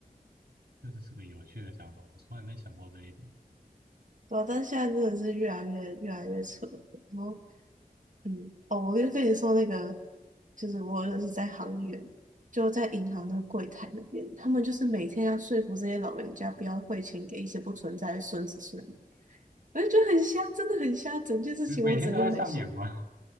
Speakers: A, on the right (about 90°); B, on the right (about 55°).
A: 这就是个有趣的想法，我从来没想过这一点。
B: 对啊，但是现在真的是越来越越来越扯了然后，嗯，哦，我就跟你说那个，就是我认识在行员，就在银行的柜台那边，他们就是每天要说服这些老人家不要汇钱给一些不存在的孙子孙女，我就觉得很瞎，真的很瞎。整件事情我只能用很瞎，
A: 你每天都在上演吗？